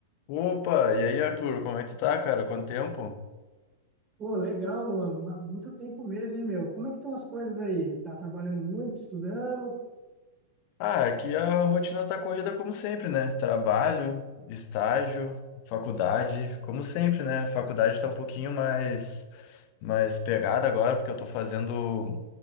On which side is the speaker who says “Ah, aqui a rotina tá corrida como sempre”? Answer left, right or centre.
Left